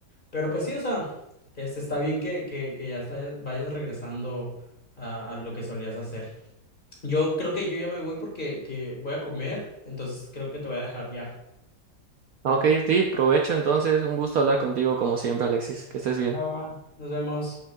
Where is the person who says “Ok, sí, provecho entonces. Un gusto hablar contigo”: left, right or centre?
Right